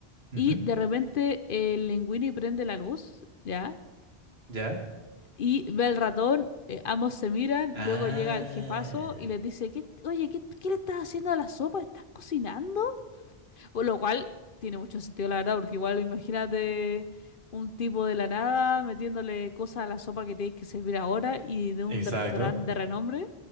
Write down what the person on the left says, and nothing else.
Y de repente el Linguini prende la luz, ¿ya?
Y ve al ratón, eh, ambos se miran,
luego llega el jefazo y les dice, ¿Qué, oye, ¿qué, qué le estás haciendo a la sopa? ¿Estás cocinando? O Lo cual tiene mucho sentido, la verdad, porque igual imagínate un tipo de la nada metiéndole cosas a la sopa que tienes que servir ahora y de un
restaurante de renombre.